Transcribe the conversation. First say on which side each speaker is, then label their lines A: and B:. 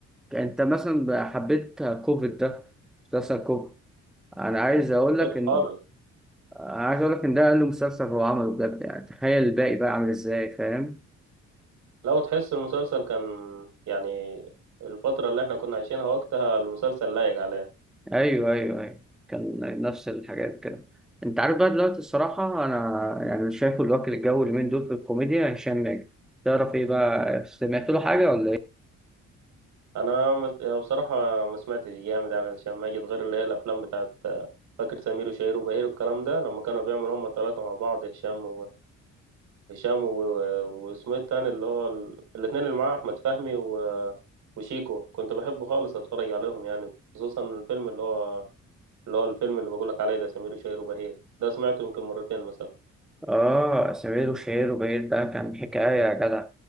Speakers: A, in the centre; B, on the right (about 70°).
A: انت مثلا بقى حبيت كوفيد ده مسلسل كوفيد انا عايز اقول
B: حبيته
A: لك ان
B: خالص
A: عايز اقول لك ان ده اقل مسلسل هو عمله بجد يعني تخيل الباقي بقى عامل ازاي فاهم
B: لو تحس المسلسل كان يعني الفترة اللي احنا كنا عايشينها وقتها المسلسل لايق عليه
A: ايوه ايوه ايوه كان نفس الحاجات كده انت عارف بقى دلوقتي الصراحه انا يعني شايفه الوكيل الجوي اليومين دول في الكوميديا هشام ماجد تعرف ايه بقى سمعت له حاجه ولا
B: أنا مس- يعني بصراحة ما سمعتش جامد يعني عشان ما أجي غير اللي هي الأفلام بتاعت فاكر سمير وشهير وبهير والكلام ده لما كانوا بيعملوا هما التلاتة مع بعض هشام هشام و- واسمه التاني اللي هو ال... الاتنين اللي معاه أحمد فهمي و... وشيكو كنت بحبه خالص أتفرج عليهم يعني خصوصا الفيلم اللي هو اللي هو الفيلم اللي بقولك عليه ده سمير وشهير وبهير ده سمعته يمكن مرتين مثلا
A: آه سمير وشهير وبهير ده كان حكاية يا جدع